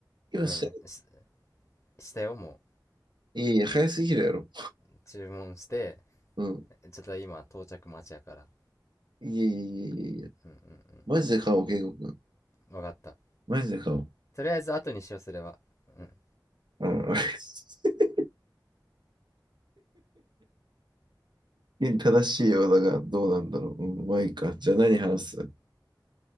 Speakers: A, on the right (about 70°); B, on the left (about 30°).
A: 今しよ
B: うん。ししたよ、も
A: う。いやいや、早すぎるやろ。
B: う。注文して、
A: うん。
B: ちょっと今到着待ちやから。
A: いやいやいやいやいや。
B: うんうん
A: マジで買おう、健吾君。
B: うん。わかった。
A: マジで買おう。
B: とりあえず後にしよう、それは。うん。
A: うん。<laughs> 正しいようだが、どうなんだろう。うん、まあいいか。じゃあ何話す